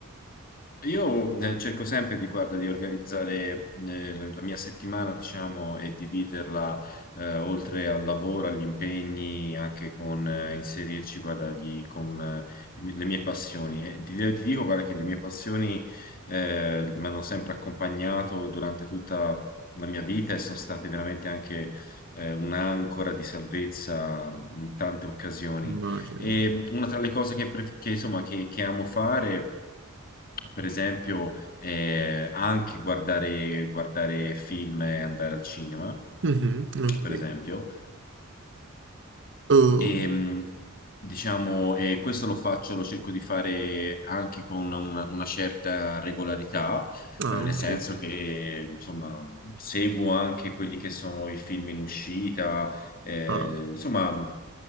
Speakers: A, on the left; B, on the right.
A: Io eh, cerco sempre di, guarda, di organizzare eh, la la mia settimana, diciamo, e dividerla eh, oltre al lavoro, agli impegni, anche con eh, inserirci, guarda, gli- con eh, i mi- le mie passioni. E ti, ti dico, guarda, che le mie passioni eh, mi hanno sempre accompagnato durante tutta la mia vita e sono state veramente anche eh, un'ancora di salvezza in tante occasioni.
B: Immagino.
A: E una tra le cose che, pre- che, insomma, che che amo fare per esempio, eh, anche guardare, guardare film e andare al cinema,
B: Mhm, ok.
A: per esempio.
B: Oh,
A: E, mh, diciamo, e questo lo faccio, lo cerco di fare anche con una, una certa regolarità,
B: ah,
A: eh, nel
B: ok.
A: senso che, insomma, seguo anche quelli che sono i film in uscita, eh,
B: Ah.
A: insomma,